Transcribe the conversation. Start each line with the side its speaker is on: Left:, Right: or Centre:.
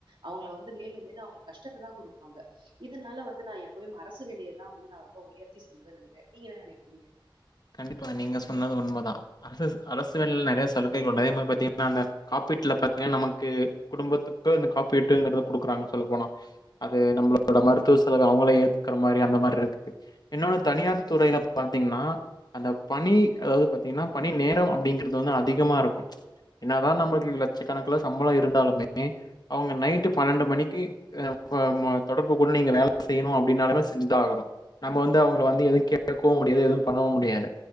Right: அவ்ங்கள வந்து மேலு மேலு அவ்ங்கள கஷ்டத்த தான் கொடுப்பாங்க இதனால வந்து நான் எப்வுமே அரசு வேலையைதான் வந்து நா ரொம்ப உயர்த்தி சொல்லுவே நெனைக்கிறே நீங்க என்ன நெனைக்கிறீங்க
Left: கண்டிப்பா நீங்க சொன்னது உண்மைதா அரஸ் அரசு வேலைல நெறைய சலுகைகள் உண்டு அதே மாரி பாத்தீங்கன்னா அந்த காப்பீட்டுல பாத்தீங்கன்னா நமக்கு குடும்பத்துக்கு அந்த காப்பீட்டுங்கறத குடுக்குறாங்க சொல்லப் போனா அது நம்மளோட மருத்துவ செலவ அவங்களே ஏத் இருக்கிற மாரி அந்த மாரி இருக்கு இன்னொன்னு தனியார் துறையில பாத்தீங்கன்னா அந்த பணி அதாவது பாத்தீங்கன்னா பணி நேரம் அப்டிங்கறது வந்து அதிகமா இருக்கும் என்னாதான் நம்ளுக்கு லட்சக்கணக்கல சம்பள இருந்தாலுமே அவங்க நைட்டு பன்னெண்டு மணிக்கு ஆ மு தொடர்புக்குண்டு நீங்க வேல செய்யணு அப்டின்னாலுமே செஞ்சுதான் ஆகணு நம்ம வந்து அவங்கள வந்து எதுவு கேட்க்கவு முடியாது எதுவு பண்ணவு முடியாது